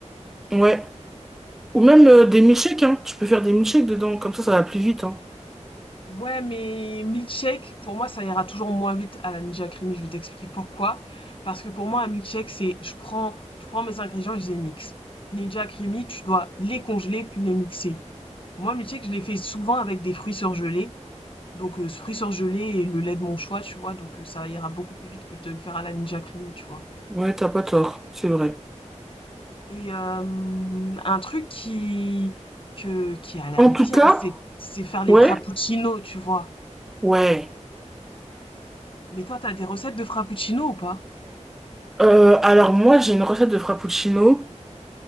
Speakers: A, in the centre; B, on the left.
A: Ouais. Ou même euh,
B: Eh ben,
A: des milkshakes, hein. Tu peux faire des milkshakes dedans, comme ça, ça va plus vite, hein.
B: Ouais, mais milkshake, pour moi, ça ira toujours moins vite à la Ninja Creamy. Je vais t'expliquer pourquoi. Parce que pour moi, un milkshake, c'est je prends, je prends mes ingrédients et je les mixe. Ninja Creamy, tu dois les congeler puis les mixer. Moi, milkshake, je les fais souvent avec des fruits surgelés. Donc heu, fruits surgelés et le lait de mon choix, tu vois? Donc heu, ça ira beaucoup plus vite que de le faire à la Ninja cream, tu vois?
A: Ouais, t'as pas tort, c'est vrai.
B: Et hem, un truc qui que qui a l'air
A: En
B: bien,
A: tout cas,
B: c'est c'est faire les
A: ouais,
B: frappuccinos, tu vois?
A: ouais.
B: Mais toi, t'as des recettes de frappuccinos ou pas?
A: Euh, alors moi, j'ai une recette de frappuccino.